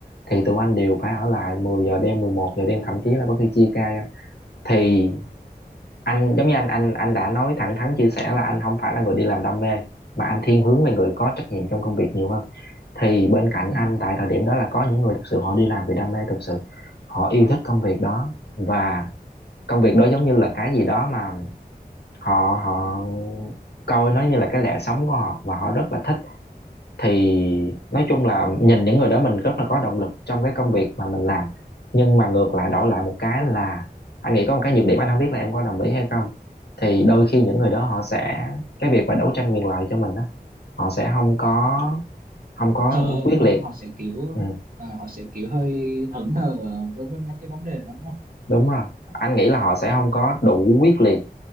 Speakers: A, on the left; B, on the right.
A: thì tụi anh đều phải ở lại 10 giờ đêm 11 giờ đêm thậm chí là có khi chia ca ra. thì anh giống như anh anh anh đã nói thẳng thắn chia sẻ là anh không phải là người đi làm đam mê mà anh thiên hướng về người có trách nhiệm trong công việc nhiều hơn thì bên cạnh
B: ừ.
A: anh tại thời điểm đó là có những người thực sự họ đi làm vì đam mê thực sự họ yêu thích công việc đó và công việc đó giống như là cái gì đó mà họ họ coi nó như là cái lẽ sống của họ và họ rất là thích thì nói chung là nhìn những người đó mình rất là có động lực trong cái công việc mà mình làm nhưng mà ngược lại đổi lại một cái là anh nghĩ có một cái nhược điểm anh không biết là em có đồng ý hay không thì đôi khi những người đó họ sẽ cái việc mà đấu tranh quyền lợi cho mình á họ sẽ không có không có
B: thờ ơ
A: quyết
B: đúng không
A: liệt
B: họ sẽ kiểu
A: ừ,
B: à, họ sẽ kiểu hơi hững hờ đối với mấy cái vấn đề đó đúng không
A: đúng rồi anh nghĩ là họ sẽ không có đủ quyết liệt